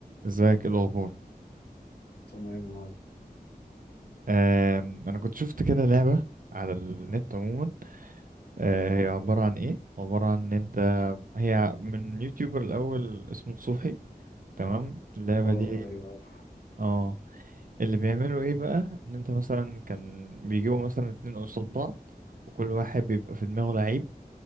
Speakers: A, on the right; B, on the left.
A: ازيك ايه الاخبار
B: تمام يا معلم
A: آم، انا كنت شفت كده لعبه على النت عموما آه،
B: ايوه
A: هي عباره عن ايه عباره عن ان انت هي من يوتيوبر الاول اسمه صوحي تمام اللعبه
B: اه
A: دي
B: ايوه عارف
A: اه اللي بيعملوا ايه بقى ان انت مثلا كان بيجيبوا مثلا اتنين قصاد بعض وكل واحد بيبقى في دماغه لعيب